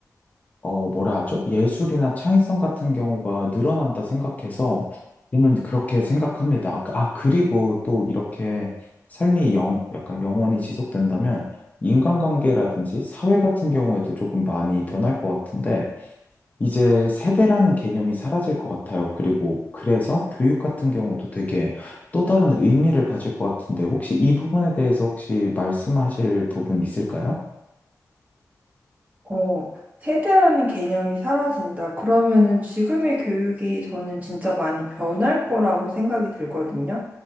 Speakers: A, on the left; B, on the right.
A: 어, 뭐라 하죠? 예술이나 창의성 같은 경우가 늘어난다 생각해서 저는 그렇게 생각합니다. 아, 아, 그리고 또 이렇게 삶이 영, 약간 영원히 지속된다면 인간관계라든지 사회 같은 경우에도 조금 많이 변할 것 같은데 이제 세대라는 개념이 사라질 것 같아요. 그리고 그래서 교육 같은 경우도 되게 또 다른 의미를 가질 것 같은데 혹시 이 부분에 대해서 혹시 말씀하실 부분 있을까요?
B: 어, 세대라는 개념이 사라진다. 그러면은 지금의 교육이 저는 진짜 많이 변할 거라고 생각이 들거든요.